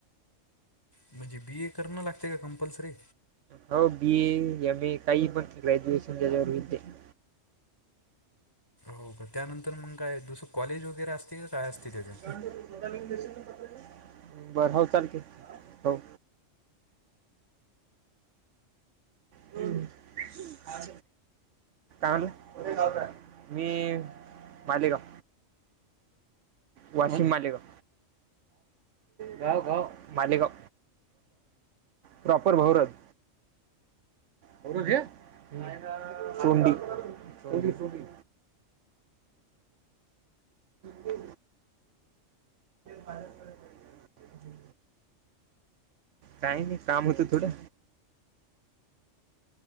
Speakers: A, on the left; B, on the right.
A: म्हणजे बी ए करणं लागण लागतयं का... कंपल्सरी.
B: हो बी ए एम ए काही पण ग्रॅज्युएशन केल्यावर होईल ते. ह.
A: हो का. त्यानंतर मग काय दुसरं कॉलेज वगैरे असते क काय असते? त्याचं
B: <unintelligible> बरं हो चालतय. हो हं <inaudible> <unintelligible> काय झालं? कोणत्या गावचा हाय? मी मालेगाव. वाशिम मालेगाव. गाव गाव मालेगाव. प्रॉपर भौरत. भारत हे नाही ना सोंडी, सोंडी, सोंडी. <inaudible> कधी बाहेर पडायचं? काही नाही काम होतं थोडं.